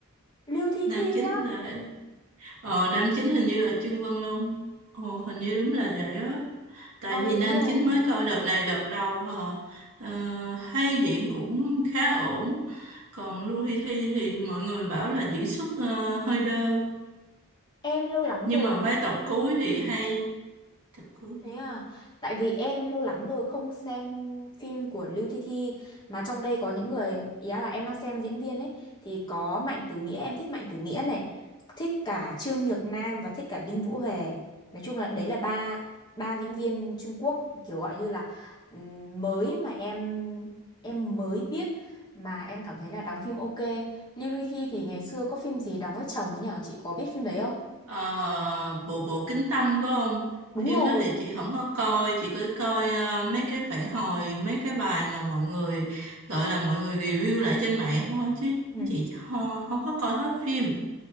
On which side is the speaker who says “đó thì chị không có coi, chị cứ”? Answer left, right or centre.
Right